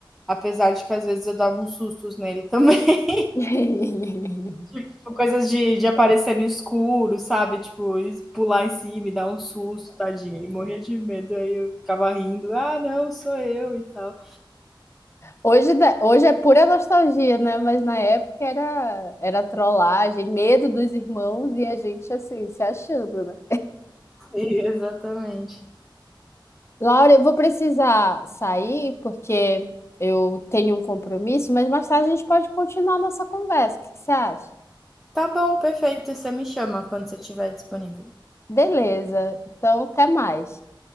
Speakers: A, in the centre; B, on the left (about 30°).
A: apesar de que às vezes eu dava uns sustos nele também. <laughs>
B: <laughs>
A: Tipo, coisas de, de aparecer no escuro, sabe? Tipo, pular em cima e dar um susto, tadinho. Ele morria de medo, aí eu ficava rindo, ah, não, sou eu e tal.
B: Hoje, da- hoje é pura nostalgia, né? Mas na época era, era trollagem, medo dos irmãos e a gente assim, se achando, né?
A: E, <laughs> exatamente.
B: Laura, eu vou precisar sair porque eu tenho um compromisso, mas mais tarde a gente pode continuar a nossa conversa. O que que você acha?
A: Tá bom, perfeito. Você me chama quando você estiver disponível.
B: Beleza. Então, até mais.